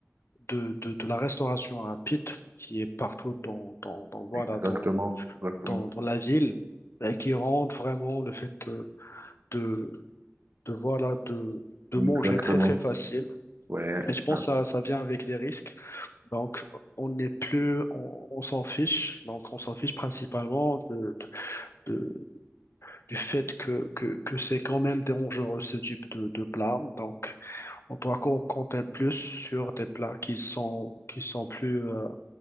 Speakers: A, on the left; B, on the right.
A: de, de, de la restauration rapide qui est partout dans dans, dans voilà
B: Exactement,
A: dans
B: exactement,
A: dans, dans la ville, et qui rend vraiment le fait euh, de de voilà de, de
B: exactement.
A: manger très très facile.
B: Ouais,
A: Et je pense
B: ouais,
A: que ça, ça vient avec des risques. Donc on n'est plus, on, on s'en fiche. Donc on s'en fiche principalement de, de- de- du fait que, que, que c'est quand même dangereux ce type de, de plat. Donc on doit co- compter plus sur des plats qui sont qui sont plus euh,